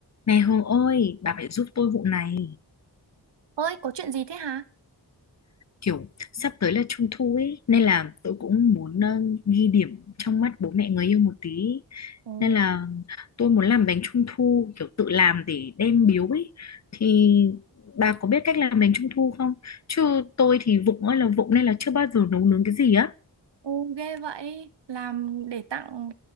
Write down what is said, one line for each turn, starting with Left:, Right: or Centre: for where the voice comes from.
Left: Này Hương ơi, bà phải giúp tôi vụ này.
Right: Ơi, có chuyện gì thế hả?
Left: Kiểu sắp tới là trung thu ấy, nên là tôi cũng muốn ờ, ghi điểm trong mắt bố mẹ người yêu một tí.
Right: Ồ,
Left: Nên là tôi muốn làm bánh trung thu, kiểu tự làm để đem biếu ấy. Thì bà có biết cách làm bánh trung thu không? Chứ tôi thì vụng ơi là vụng nên là chưa bao giờ nấu nướng cái gì á.
Right: ồ, ghê vậy. Làm để tặng